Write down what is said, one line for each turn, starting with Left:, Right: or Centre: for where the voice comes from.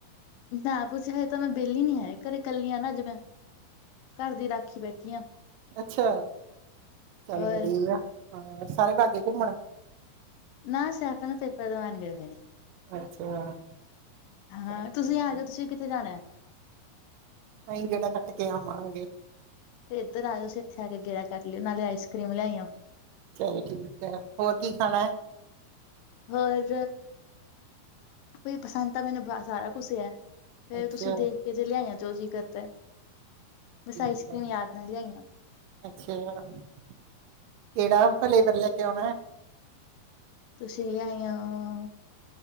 Left: ਨਾ ਭੂਜੀ ਹਲੇ ਤਾਂ ਮੈਂ ਵਿਹਲੀ ਨੀ ਹੈ ਘਰੇ ਇਕੱਲੀ ਆ ਨਾ ਅੱਜ ਮੈਂ। ਘਰ ਦੀ ਰਾਖੀ ਬੈਠੀ ਆ,
Right: ਅੱਛਾ ਚੱਲ
Left: ਹੋਰ
Right: ਵਧੀਆ ਆ। ਹਾਂ ਸਾਰੇ ਬਾਗੇ ਘੁੰਮਣ?
Left: ਨਾ ਸੈਫਨ ਨੂੰ ਪੇਪਰ ਦਬਾਣ ਗਏ ਹੋਏ ਨੇ।
Right: ਅੱਛਾ
Left: ਹਾਂ
Right: ਚੱਲ
Left: ਤੁਸੀਂ
Right: ਵਧੀਆ
Left: ਆ ਜੋ ਤੁਸੀਂ ਕਿੱਥੇ ਜਾਣਾ?
Right: ਨਹੀਂ ਗੇੜਾ ਕੱਟ ਕੇ ਆਵਾਂਗੇ।
Left: ਫੇਰ ਇਧਰ ਆਜੋ ਤੁਸੀਂ ਇੱਥੇ ਆ ਕੇ ਗੇੜਾ ਕਰ ਲਈਓ ਨਾਲੇ ਆਈਸ ਕਰੀਮ ਲਿਆਈ ਆ।
Right: ਚੱਲ ਠੀਕ ਐ ਹੋਰ ਕੀ ਖਾਣਾ।
Left: ਹੋਰ ਭੂਜੀ ਪਸੰਦ ਤਾਂ ਮੈਨੂੰ ਸਾਰਾ ਕੁਛ ਐ। ਫੇਰ
Right: ਅੱਛਾ
Left: ਤੁਸੀਂ ਦੇਖ ਕੇ ਜੇ ਲਿਆਓ ਜੋ ਜੀ ਕਰਦਾ। ਬਸ
Right: ਠੀਕ
Left: ਆਈਸ ਕਰ੍ਰੀਮ
Right: ਆ।
Left: ਯਾਦ ਨਾਲ ਲਿਆਈਓ
Right: ਅੱਛਾ ਕਿਹੜਾ ਫਲੇਵਰ ਲੈ ਕੇ ਆਣਾ।
Left: ਤੁਸੀਂ ਲਿਆਈ ਓ।